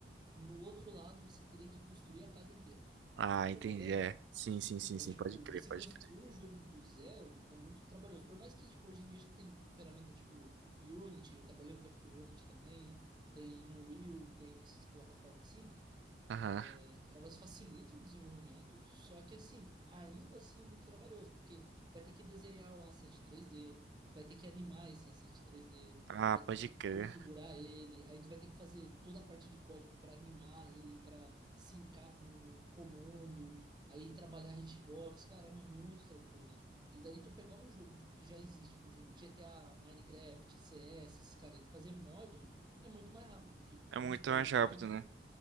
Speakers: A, on the right; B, on the right.
A: no outro lado, você teria que construir a casa inteira.
B: Ah, entendi.
A: Pegou a ideia?
B: É. Sim, sim, sim,
A: Então,
B: sim,
A: tipo,
B: pode crer,
A: você
B: pode
A: construir
B: crer.
A: um jogo do zero é muito trabalhoso. Por mais que, tipo, hoje em dia a gente tem ferramenta tipo Unity, eu trabalhei um tempo com Unity também, tem Unreal, tem essas plataformas assim.
B: Aham.
A: É, elas facilitam o desenvolvimento, só que assim, ainda assim é muito trabalhoso, porque tu vai ter que desenhar o asset 3D, tu vai ter que animar esse asset 3D,
B: Ah,
A: tu vai ter
B: pode
A: que
B: crer.
A: configurar ele, aí tu vai ter que fazer toda a parte de código para animar ele, para sincar com um comando, aí trabalhar hitbox, cara, é muito tramposo. E daí tu pegar um jogo tipo que já existe, tipo GTA, Minecraft, CS, esses cara, e tu fazer mod é muito mais rápido, porque
B: É
A: vamos
B: muito
A: supor
B: mais
A: um
B: rápido,
A: mod
B: né?